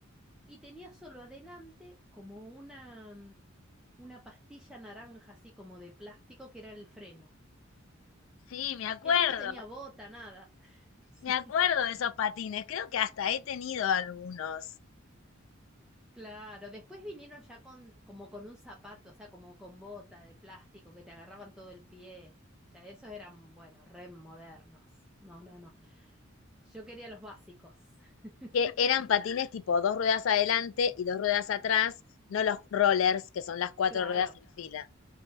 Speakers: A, in the centre; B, on the left (about 70°).
A: Y tenía solo adelante como una, mm, una pastilla naranja, así como de plástico, que era el freno.
B: Sí, me acuerdo,
A: Eso no tenía bota, nada. <laughs> Sí,
B: me acuerdo de esos patines, creo que hasta he tenido algunos.
A: claro. Después vinieron ya con, como con un zapato, o sea, como con bota de plástico que te agarraban todo el pie. Ya esos eran, bueno, re modernos. No, no, no. Yo quería los básicos. <laughs>
B: que eran patines tipo dos ruedas adelante y dos ruedas atrás, no los rollers, que son las cuatro
A: Claro.
B: ruedas en fila.